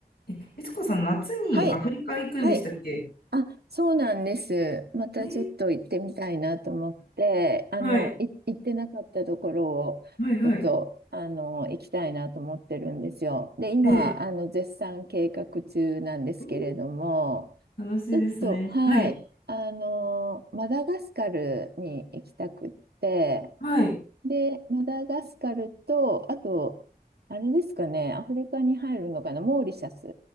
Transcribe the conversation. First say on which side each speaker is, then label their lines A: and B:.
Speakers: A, on the left; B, on the right.
A: え、悦子さん、夏にアフリカ行くんでしたっけ
B: はい。はい。あ、そうなんです。またちょっと行ってみたいなと思って、
A: えー
B: あの、
A: はい、
B: い、行ってなかったところを、
A: はい、はい。
B: ちょっと、あの、行きたいなと思ってるんですよ。で、今、
A: ええ、
B: あの、絶賛計画中なんですけれども、
A: うーん、楽しいですね。
B: ちょっと、はい。
A: はい、
B: あの、マダガスカルに行きたくって、
A: はい、
B: で、マダガスカルと、あと、あれですかね、アフリカに入るのかな、モーリシャス